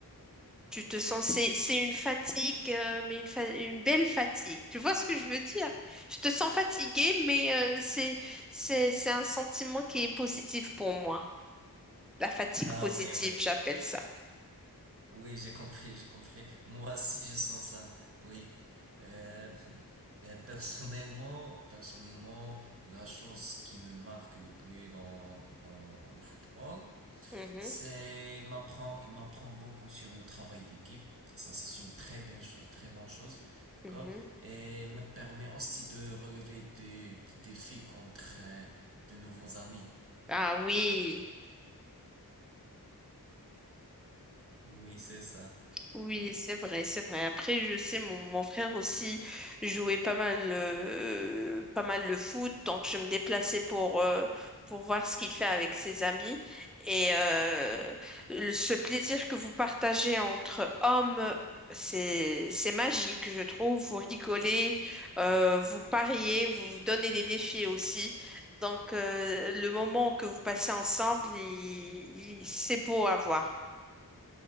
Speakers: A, in the centre; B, on the right.
A: tu te sens, c'est, c'est une fatigue, euh, mais une, fa- une belle fatigue. Tu vois ce que je veux dire? Tu te sens fatigué, mais euh, c'est, c'est, c'est un sentiment qui est positif pour moi. La fatigue
B: Ah
A: positive,
B: oui, oui.
A: j'appelle ça.
B: Oui, j'ai compris, j'ai compris. Moi aussi, je sens ça. Oui. Euh, <laughs> euh, personnellement, personnellement, la chose qui me marque le plus dans, dans le football,
A: Mhm,
B: c'est il m'apprend, il m'apprend beaucoup sur le travail d'équipe. Et ça, c'est une très bonne chose, très bonne chose. D'accord?
A: mhm.
B: Et me permet aussi de relever des, des défis contre euh, de nouveaux amis.
A: Ah oui.
B: Oui, c'est ça.
A: Oui, c'est vrai, c'est vrai. Après, je sais, mon, mon frère aussi jouait pas mal, euh, pas mal le foot, donc je me déplaçais pour, euh, pour voir ce qu'il fait avec ses amis. Et euh, le- ce plaisir que vous partagez entre hommes, c'est, c'est magique, je trouve. Vous rigolez, euh, vous pariez, vous vous donnez des défis aussi. Donc, euh, le moment que vous passez ensemble, il- il- c'est beau à voir.